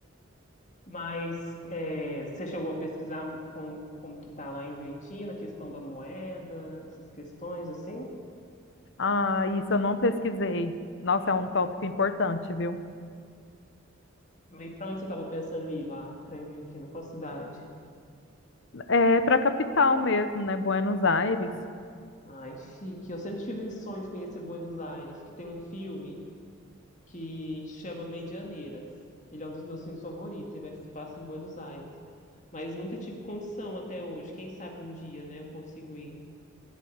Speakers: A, on the left; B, on the left.
A: Mas é, você chegou a pesquisar como, como que tá lá em Argentina, a questão da moeda, essas questões assim?
B: Ah, isso eu não pesquisei. Nossa, é um tópico importante, viu?
A: E para onde você tava pensando em ir lá para Argentina? Qual cidade?
B: É para capital mesmo, né? Buenos Aires.
A: Ai, chique. Eu sempre tive o sonho de conhecer Buenos Aires, que tem um filme que chama Medianeiras. Ele é um dos meus filmes favoritos, ele se passa em Buenos Aires. Mas nunca tive condição até hoje. Quem sabe um dia, né, eu consigo ir.